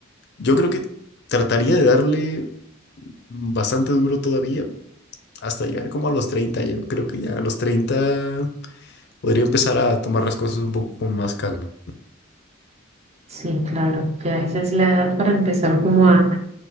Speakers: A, on the left; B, on the right.
A: yo creo que trataría de darle bastante duro todavía hasta llegar como a los treinta Yo creo que ya a los 30 podría empezar a tomar las cosas un poco con más calma.
B: sí, claro, ya esa es la edad para empezar como a,